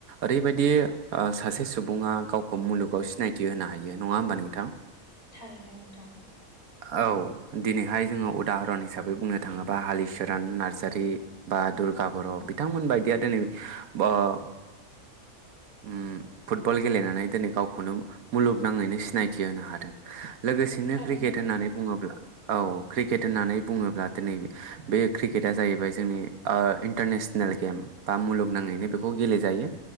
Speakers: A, on the right; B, on the left.
A: ओरैबायदि अ सासे सुबुङा गावखौ मुलुगाव सिनायथि होनो हायो नङा होमबा नोंथां
B: थारैनो नोंथां
A: औ दिनैहाय जोङो उदाहरन हिसाबै बुंनो थाङोबा हालिचरन नार्जारि बा दुर्गा बर' बिथांमोन बायदिया दिनै ब ओ उ फुटबल गेलेनानै दिनै गावखौनो मुलुगनाङैनो सिनायथि होनो हादों लोगोसे
B: थारैनो
A: क्रिकेट होननानै
B: नोंथां
A: बुङोब्ला औ क्रिकेट होननानै बुङोब्ला दिनै बे क्रिकेटआ जाहैबाय जोंनि अ इन्टारनेसनेल गेम बा मुलुगनाङैनो बेखौ गेलेजायो